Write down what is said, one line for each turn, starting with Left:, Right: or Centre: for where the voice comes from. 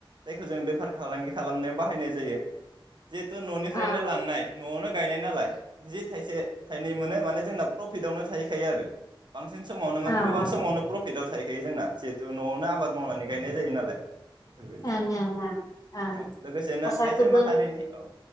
Right: जायखौ जों बेफार फालांगि खालामनायाव बाहायनाय जायो। जिहेतु ननिफ्रायनो
Left: औ औ
Right: लांनाय नआवनो गायनाय। नालाय जि थायसे थाइनै मोनो माने जोंना प्रफिटआवनो थाहैखायो आरो। बांसिन समावनो माने
Left: ओं
Right: गोबां समावनो <unintelligible> थाहैखायो जोंना जिहेतु न'आवनो आबाद मावनानै गायनाय जायो नालाय। बेफोरबायदि
Left: ओं ओं ओं
Right: औ लोगोसेनो
Left: हासारखौबो
Right: आइजो माहारिनि औ